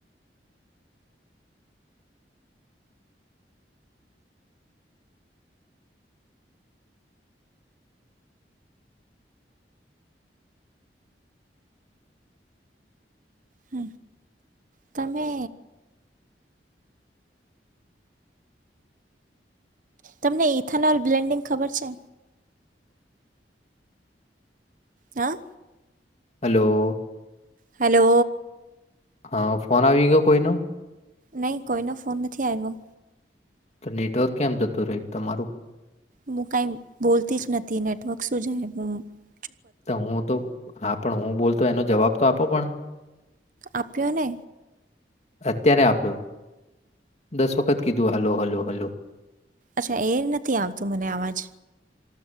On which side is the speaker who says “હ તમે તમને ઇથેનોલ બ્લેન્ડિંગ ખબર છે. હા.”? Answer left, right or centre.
Right